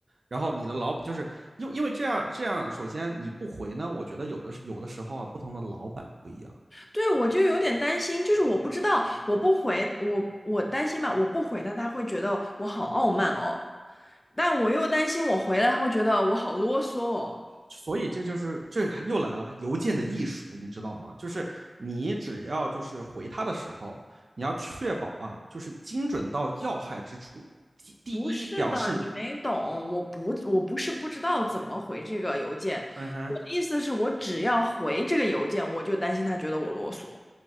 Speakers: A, on the right (about 70°); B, on the left (about 20°).
A: 然后你的老就是因为因为这样这样，首先你不回呢，我觉得有的有的时候啊，不同的老板不一样，
B: 对，我就有点担心，就是我不知道，我不回，我我担心吧，我不回他，他会觉得我好傲慢哦，但我又担心我回来，他会觉得我好啰嗦哦。
A: 所以这就是这又来了邮件的艺术，你知道吗？就是你只要就是回他的时候，你要确保啊，就是精准到要害之处。第第一，
B: 不是的，
A: 表示
B: 你没懂，我不，我不是不知道怎么回这个邮件，
A: 嗯哼，
B: 我的意思是我只要回这个邮件，我就担心他觉得我啰嗦，